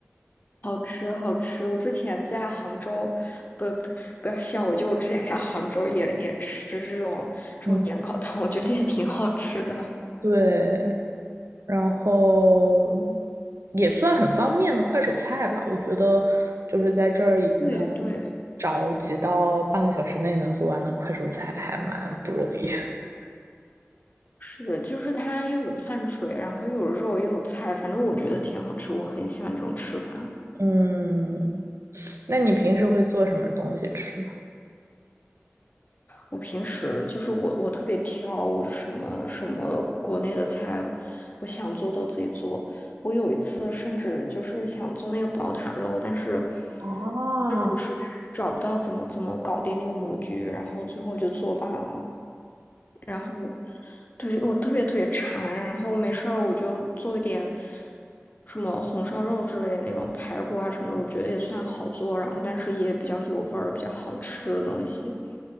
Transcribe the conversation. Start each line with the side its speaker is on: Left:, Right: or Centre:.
Left: 好吃，好吃！我之前在杭州，不不不要笑我，就我之前在杭州也也吃这种这种年糕汤，
Right: 嗯，
Left: 我觉得也挺好吃的。
Right: 对，然后也算很方便的快手菜吧。我觉得就是在这儿能
Left: 对对，
Right: 找几道半个小时内能做完的快手菜，还蛮不容易。<laughs>
Left: 是的，就是它又有碳水，然后又有肉又有菜，反正我觉得挺好吃，我很喜欢这种吃法。
Right: 嗯，那你平时会做什么东西吃吗？
Left: 我平时就是我，我特别挑，我是什么什么国内的菜，我想做都自己做。我有一次甚至就是想做那个宝塔肉，但是
Right: 啊，
Left: 就是我实在是找不到怎么怎么搞定那个模具，然后最后就作罢了。我对，我特别特别馋，然后没事儿我就做一点什么红烧肉之类的那种排骨啊什么的，我觉得也算好做，然后但是也比较有味儿，比较好吃的东西。